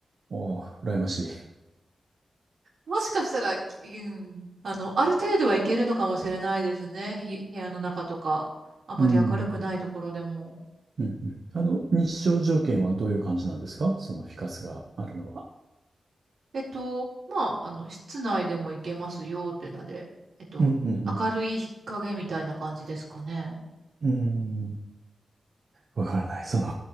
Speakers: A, on the right; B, on the right.
A: ああ、羨ましい。
B: もしかしたら、うん、あの、ある程度はいけるのかもしれないですね。ひ部屋の中とか、あまり明るくないところでも。
A: うん。うんうん、あの、日照条件はどういう感じなんですかそのフィカスがあるのは。
B: えっと、まあ、あの、室内でもいけますよってので、えっと、
A: うん、うん、うん。
B: 明るい日陰みたいな感じですかね。
A: うんわからない。その、